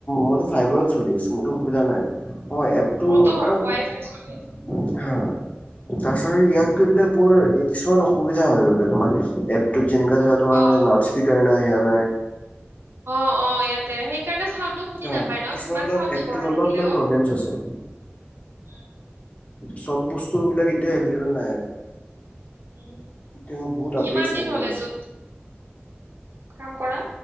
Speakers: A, on the left (about 35°); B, on the right (about 65°).
A: মইটো ফাইবাৰ চ চলি আছে মোৰটো অসুবিধা নাই অহ এপটো
B: মোৰতো
A: হা,
B: ৱাই ফাই চলি আছে
A: তাৰছা আৰু ইয়াত গৈ বোলে বৰ কিছুমান অসুবিধা হয় <unintelligible> তোমাৰ যেনেকা ধৰা তোমাৰ
B: অ।
A: লাউড স্পিকাৰ নাই সেয়া নাই।
B: অ', - অ', ইয়াতে সেইকাৰণে চাউণ্ডটো শুনি
A: অ
B: নাপায় ন'
A: কিছুমান
B: যিমান
A: অলপ
B: চাউণ্ডটো
A: এপটোত
B: বঢ়াই
A: অলপমান
B: থাকিলে অ',
A: প্ৰব্লেমছ আছে
B: আ',
A: চব বস্তু বিলাক এতিয়া এভেইলেবল নাই আৰু।
B: উম',
A: এতিয়াও বহুত
B: কিমান
A: আপডেটছ
B: দিন
A: বাকী
B: হল
A: আছে
B: এটো? কাম কৰা?